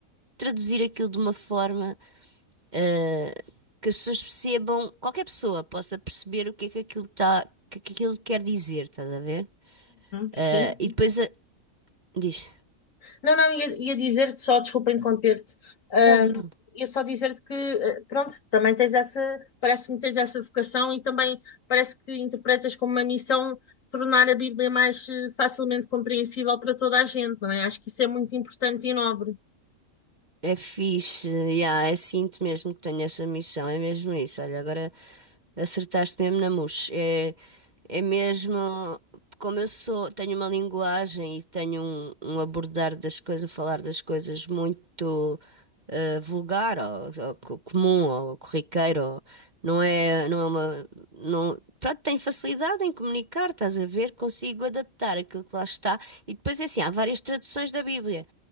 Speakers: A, on the right (about 35°); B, on the left (about 75°).
A: traduzir aquilo de uma forma ah, que as pessoas percebam, qualquer pessoa possa perceber o que é que aquilo tá, que, que aquilo quer dizer, estás a ver?
B: Sim,
A: Ah,
B: sim,
A: e depois
B: sim.
A: a- diz,
B: Não, não, ia, ia dizer-te só, desculpa interromper-te, hum,
A: não, não, não.
B: ia só dizer-te que, eh, pronto, também tens essa, parece-me que tens essa vocação e também parece que interpretas como uma missão tornar a Bíblia mais eh, facilmente compreensível para toda a gente, não é? Acho que isso é muito importante e nobre.
A: É fixe, yeah, é sinto mesmo que tenho essa missão, é mesmo isso. Olha, agora Acertaste mesmo na mousse. É, é mesmo, como eu sou, tenho uma linguagem e tenho um, um abordar das coisas, um falar das coisas muito eh, vulgar, ou, ou co- comum, ou corriqueiro, ou- não é, não é uma, não, pronto, tenho facilidade em comunicar, estás a ver? Consigo adaptar aquilo que lá está. E depois é assim, há várias traduções da Bíblia.